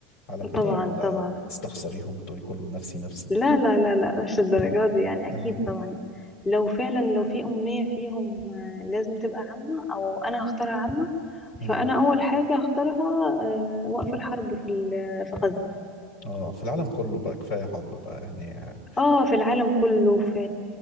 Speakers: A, on the left; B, on the left.
A: على كده
B: طبعا
A: ولا
B: طبعا
A: تستخسريهم وتقولي كله نفسي نفسي
B: لا لا لا لا مش الدرجات دي يعني أكيد
A: آه.
B: طبعا لو فعلا لو في أمنية فيهم آه، لازم تبقى عامة أو أنا هختارها عامة
A: أمم.
B: فأنا أول حاجة هختارها آه، وقف الحرب في ال- في غزة
A: آه. في العالم كله بقى كفاية حرب بقى يعني آه،
B: اه في العالم كله في